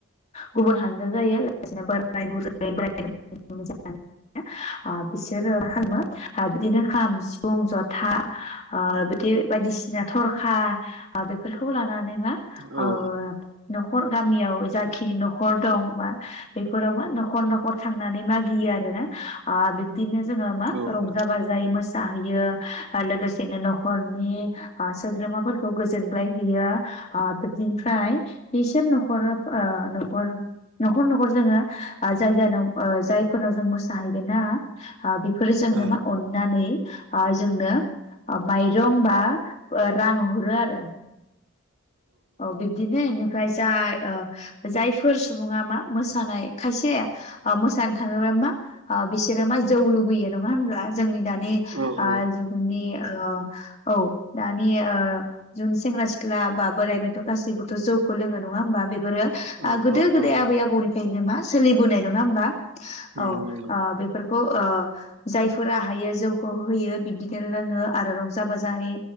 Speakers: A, on the left (about 30°); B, on the right (about 65°).
A: गुबुन हानजा जायो लोगोसेनो बोराय <unintelligible> बुरै बोराय हानजा बिसोरो मा? खालामो बिदिनो खाम सिफुं जथा बिदि बायदिसिना थरखा बेफोरखौ लानानै मा
B: औ
A: आ <unintelligible> नखर गामियाव जाखिनि न'खर दं, बा बेफोराव मा न'खर न'खर थांनानै मागियो आरो ना। अ बिदिनो जोङो मा
B: औ
A: रंजा
B: औ
A: बाजायै मोसायो। जाहैयो लोगोसेनो न'खरनि सोद्रोमाफोरखौ गोजोनग्लायहैयो, बिदिनिफ्राय बिसोर न'खर नखर न'खर जोङो जाय जाय जायफोरनाव जोंङो मोसाहैगोन ना। बेफोरो जोंनो
B: औ
A: मा अननानै आ जोंनो माइरं बा रां हरो आरो। औ बिबदिनो इन फ्राय जाय ओ जायफोर सुबुङा मा मोसानाय खायसे, ओ मोसानो थाङोबा मा ओ बिसोरो मा जौ लुगैयो नङा होनब्ला? जोंनि दानि
B: औ
A: आ
B: औ
A: जुगनि ओ औ दानि ओ जुगनि सेंग्रा सिख्ला।। बोरायबेनथ' गासैबोथ' जौखौ लोङो नङा होमबा बे फोरो
B: औ
A: आ गोदो
B: औ
A: गोदाय
B: औ
A: आबै आबौनि फ्रायनो मा सोलिबोनाय नङा होमबा?
B: नंगौ
A: औ
B: नंगौ
A: आ बेफोर खौ ओ जायफोरा हायो जौखौ होयो बिब्दिनो लोङो आरो रंजा बाजायै